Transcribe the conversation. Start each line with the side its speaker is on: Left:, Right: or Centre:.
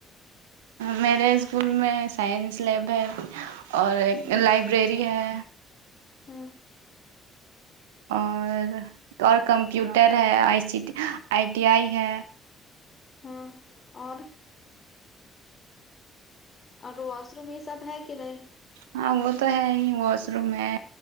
Right: میرے اسکول میں سائنس لیب ہے اور ایک
Left: ہ
Right: لائبریری ہے
Left: ہ
Right: اور اور کمپیوٹر ہے آئی سی آئی ٹی آئی ہے
Left: ہاں اور اور واش روم یہ سب ہے کہ نہیں
Right: ہاں وہ تو ہے ہی واش روم میں